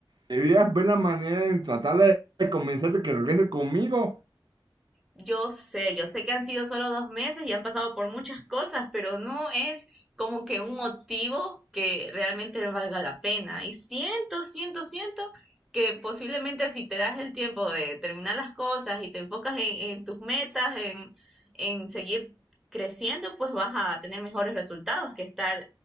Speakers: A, on the right; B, in the centre.
A: deberías ver la manera de tratarla de convencer de que regrese conmigo.
B: Yo sé, yo sé que han sido solo dos meses y han pasado por muchas cosas, pero no es como que un motivo que realmente valga la pena. Y siento, siento, siento que posiblemente si te das el tiempo de terminar las cosas y te enfocas en, en tus metas, en, en seguir creciendo, pues vas a tener mejores resultados que estar